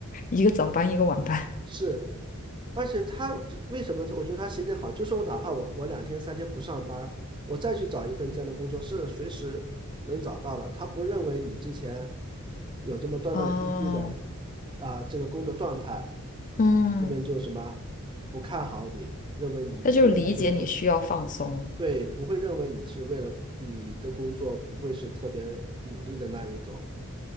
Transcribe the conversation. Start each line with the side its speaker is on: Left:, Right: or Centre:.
Left: 一个早班一个晚班。
Right: 是，而且他这为什么是我觉得他心情好，就是我哪怕我我两天三天不上班儿我再去找一份这样的工作，是随时能找到的。他不认为你之前有这么断断续续的
Left: 哦，
Right: 啊、这个工作状态，
Left: 嗯，
Right: 这边就什么不看好你，认为你不会再为
Left: 他就是理解你需要放松，
Right: 对，不会认为你是为了你的工作不会是特别努力的那一种，